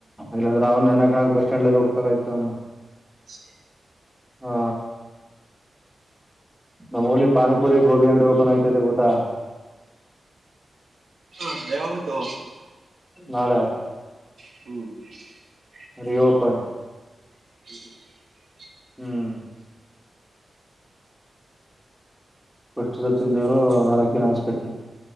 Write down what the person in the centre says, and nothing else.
ಇಲ್ಲ ಅಂದ್ರ ಅವನ್ ನೆನ್ ಹಾಕೋಕ ಬಸ್ ಸ್ಯಾಂಡ್ಲೆಲ್ಲ ಹುಡುಕ್ಬೇಕ್ ಆಯ್ತದ ಅವ್ನಾ.
ಹಾ ನಮ್ಮ ಉರ್ಲಿ ಪಾನಿಪುರಿ ಗೋಬಿ ಅಂಗಡಿ ಓಪನ್ ಐತೆತೆ ಗೊತ್ತಾ.
ನಾಳೆ.
ರಿಒಪಾ
ಹ್ಮ್ ಫಸ್ಟ್ ದಿನಾ ತಿಂದವ್ರೂ ನಾಲ್ಕ ದಿನ ಹಾಸ್ಪಿಟ್ಲ್.